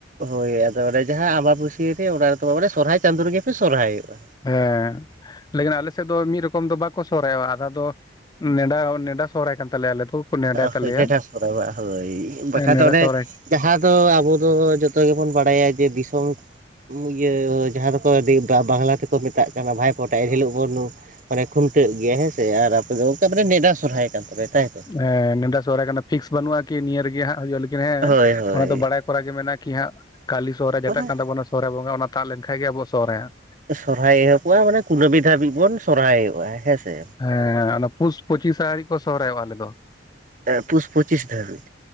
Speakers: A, on the right; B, on the left.
A: ᱦᱳᱭ ᱟᱫᱚ ᱚᱱᱮ ᱡᱟᱦᱟᱸ ᱟᱢᱵᱟᱵᱩᱥᱭᱟᱹ ᱨᱮ ᱚᱱᱟ ᱨᱮᱫᱚ ᱵᱟᱝ ᱢᱟᱱᱮ ᱥᱚᱨᱦᱟᱭ ᱪᱟᱸᱫᱳ ᱨᱮᱜᱮ ᱯᱮ ᱥᱚᱨᱦᱟᱭᱚᱜᱼᱟ᱾
B: ᱦᱮᱸ, ᱞᱮᱠᱤᱱ ᱟᱞᱮ ᱥᱮᱫ ᱫᱚ ᱢᱤᱫ ᱨᱚᱠᱚᱢ ᱫᱚ ᱵᱟᱠᱚ ᱥᱚᱨᱦᱟᱭᱚᱜᱼᱟ ᱟᱫᱷᱟ ᱫᱚ ᱱᱮᱸᱰᱟᱣ ᱱᱮᱸᱰᱟ ᱥᱚᱦᱚᱨᱟᱭ ᱠᱟᱱ ᱛᱟᱞᱮᱭᱟ ᱟᱞᱮ <unintelligible>
A: <unintelligible>
B: ᱛᱟᱞᱮᱭᱟ
A: ᱴᱮᱴᱟᱥ ᱠᱳ ᱫᱚᱢ ᱵᱟᱝ ᱦᱳᱭ ᱵᱟᱠᱷᱟᱡ
B: ᱱᱮᱰᱟ
A: ᱫᱚ ᱚᱱᱮ
B: ᱥᱚᱦᱨᱟᱭ
A: <inaudible> ᱡᱟᱦᱟᱸ ᱫᱚ ᱟᱵᱚ ᱫᱚ ᱡᱚᱛᱚ ᱜᱮᱵᱚᱱ ᱵᱟᱲᱟᱭᱟ ᱡᱮ ᱫᱤᱥᱚᱢ ᱤᱭᱟᱹ ᱡᱟᱦᱟᱸ ᱫᱚᱠᱚ <unintelligible> ᱵᱟᱝᱞᱟ ᱛᱮᱠᱚ ᱢᱮᱛᱟᱜ ᱠᱟᱱᱟ ᱵᱷᱟᱭ ᱯᱳᱴᱟ ᱮᱱᱦᱤᱞᱳᱜ ᱵᱚᱱ ᱾ ᱢᱟᱱᱮ ᱠᱷᱩᱱᱴᱟᱹᱜ ᱜᱮᱭᱟ ᱦᱮᱸᱥᱮ ᱟᱨ ᱟᱯᱮ ᱫᱚ, ᱚᱱᱠᱟ ᱢᱟᱱᱮ ᱱᱤᱭᱟᱹ ᱫᱷᱟᱣ ᱥᱚᱨᱦᱟᱭ ᱠᱟᱱ ᱛᱟᱯᱮᱭᱟ ᱛᱟᱭᱛᱚ?
B: <unintelligible> ᱱᱮᱸᱰᱟ ᱥᱚᱨᱦᱟᱭ ᱠᱟᱱᱟ ᱯᱷᱤᱠᱥ ᱵᱟᱹᱱᱩᱜᱼᱟ ᱠᱤ ᱱᱤᱭᱟᱹ ᱨᱮᱜᱮ ᱦᱟᱸᱜ ᱦᱩᱭᱩᱜ <unintelligible> ᱦᱮᱸ
A: ᱦᱳᱭ ᱦᱳᱭ
B: ᱚᱱᱟ ᱫᱚ ᱵᱟᱲᱟᱭ ᱠᱚᱨᱟ ᱜᱮ ᱢᱮᱱᱟᱜᱼᱟ ᱠᱤ <unintelligible> ᱠᱟᱹᱞᱤ ᱥᱚᱦᱚᱨᱟᱭ ᱡᱮᱴᱟᱜ
A: ᱢᱟᱱᱮ
B: ᱠᱟᱱ ᱛᱟᱵᱚᱱᱟ᱾ ᱥᱚᱦᱚᱨᱟᱭ ᱵᱚᱸᱜᱟ ᱚᱱᱟ ᱛᱟᱜ ᱞᱮᱱ ᱠᱷᱟᱡ ᱜᱮ ᱟᱵᱚᱣᱟᱜ ᱥᱚᱦᱚᱨᱟᱭ ᱦᱟᱸᱜ᱾
A: ᱥᱚᱨᱦᱟᱭ ᱮᱦᱚᱵᱚᱜᱼᱟ ᱢᱟᱱᱮ ᱠᱩᱱᱟᱹᱢᱤ ᱫᱷᱟᱹᱵᱤᱡ ᱵᱚᱱ ᱥᱚᱨᱦᱟᱭᱚᱜᱼᱟ ᱦᱮᱸᱥᱮ᱾
B: ᱦᱮᱸ ᱚᱱᱟ ᱯᱷᱩᱥ ᱯᱚᱸᱪᱤᱥ ᱟᱹᱱᱤᱡ ᱠᱚ ᱥᱚᱦᱚᱨᱟᱭᱚᱜᱼᱟ ᱟᱞᱮ ᱫᱚ᱾
A: ᱦᱮᱸ ᱯᱩᱥ ᱯᱚᱸᱪᱤᱥ ᱫᱷᱟᱹᱵᱤᱡ᱾